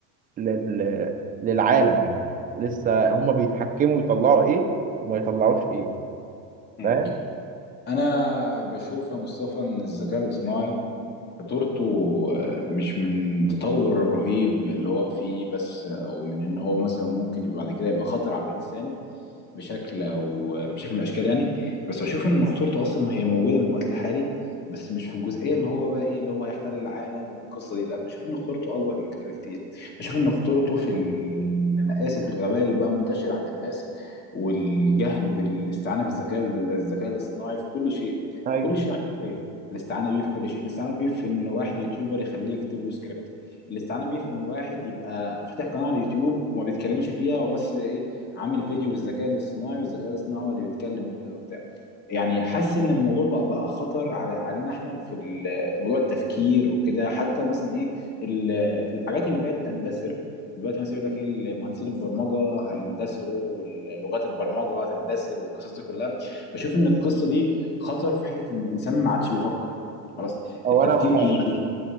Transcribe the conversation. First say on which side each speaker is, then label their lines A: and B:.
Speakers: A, on the right; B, on the left.
A: لل... للعالم يعني لسه هم بيتحكموا يطلعوا ايه وما يطلعوش ايه
B: امم
A: فاهم
B: انا بشوف يا مصطفى ان الذكاء الاصطناعي خطورته آه، مش من التطور الرهيب اللي هو فيه بس او من ان هو مثلا ممكن يبقى بعد كده يبقى خطر على الانسان بشكل او بشكل من الاشكال يعني بس بشوف ان خطورته اصلا هي موجوده من الوقت الحالي بس مش في الجزئيه اللي هو بقى ايه اللي هو هيحتل العالم والقصه دي لا بشوف ان خطورته اكبر من كده بكتير بشوف ان خطورته في ال... انا اسف الغباء اللي بقى منتشر عند الناس والجهل بالاستعانه في الذكاء الذكاء الاصطناعي في كل شيء في
A: ايوه
B: كل شيء حرفيا الاستعانه بيه في كل شيء الاستعانه بيه في ان واحد يوتيوبر يخليه يكتب له سكريبت الاستعانه بيه في ان واحد يبقى فاتح قناه على اليوتيوب وما بيتكلمش فيها وبس ايه عامل فيديو بالذكاء الاصطناعي والذكاء الاصطناعي هو اللي بيتكلم وكده وبتاع يعني حاسس ان الموضوع بقى بقى خطر على علينا احنا في ال- في موضوع التفكير وكده حتى مثلا ايه ال- الحاجات اللي بقت تندثر دلوقتي مثلا يقول لك ايه مهندسين البرمجه هيندثروا ولغات البرمجه هتندثر والقصص دي كلها بشوف ان القصه دي خطر في حته ان الانسان ما عادش بيفكر خلاص
A: او
B: التفكير
A: انا معاك
B: بي...